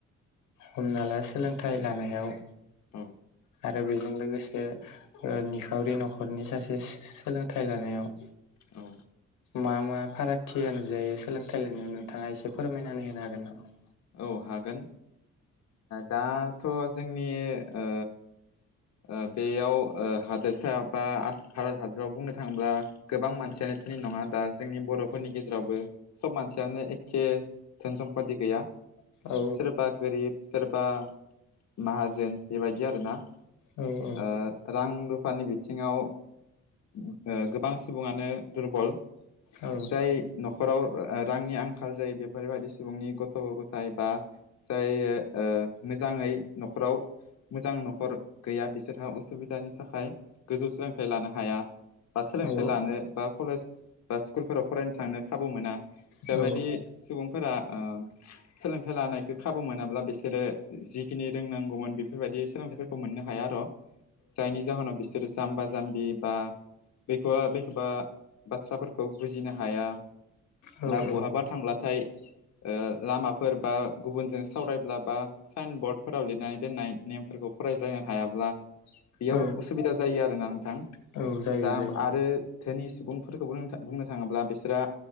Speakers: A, on the left; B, on the left.
A: हमना ला सोलोंथाइ लानायाव
B: औ
A: आरो बेजों लोगोसे निखावरि न'खरनि सासे सोलोंथाइ लानायाव
B: औ
A: मा मा फारागथिया नुजायो सोलोंथाइ लायनायाव नोंथाङा एसे फोरमायनानै होनो हागोन नामा
B: औ हागोन दाथ' जोंनि ओ ओ बेयाव ओ हादोरसा बा भारत हादोराव बुंनो थाङोब्ला गोबां मानसियानो थैयो नङा दा जोंनि बर' फोरनि गेजेरावबो सब मानसियानो एखे धोन सम्पि गैया
A: औ
B: सोरबा गोरिब सोरबा माहाजोन बेबायदि आरो ना।
A: औ
B: ओ रां रुफानि बिथिङाव ओ गोबां सुबुङानो दुरबल
A: औ
B: जाय न'खराव रांनि आंखाल जायो बेफोरबायदि सुबुंनि गथ' गथ' नाथाय बा जाय ओ मोजाङै न'खराव मोजां न'खर गैया बिसोरहा उसुबिदानि थाखाय गोजौ सोलोंथाइ लानो हाया। बा सोलोंथाइ
A: औ औ
B: लानो बा कलेज बा स्कुलफोराव फरायनो थांनो खाबु मोना बेबायदि
A: औ
B: सुबुंफोरा ओ सोलोंथाइ लानायखौ खाबु मोनाब्ला बिसोरो जिखिनि रोंनांगौमोन बेफोरबायदि सोलोंथाइफोरखौ मोननो हाया र' जाय निजा हा बिसोर जाम्बा जाम्बि बा बेखौबा बेखौबा बाथ्राफोरखौ बुजिनो हाया।
A: औ
B: दा बहाबा थांब्लाथाय ओ लामा फोर बा गुबुनजों सावरायब्लाबा साइन बरर्डफोराव लिरनानै दोननाय नेमफोरखौ फरायलायनो हायाब्ला बेयाव
A: औ
B: उसुबिदा जायो आरोना नोंथां
A: औ जायो
B: दा
A: जायो
B: आरो धोनि सुबुंफोरखौ बुंनो थाङोब्ला बिसोरो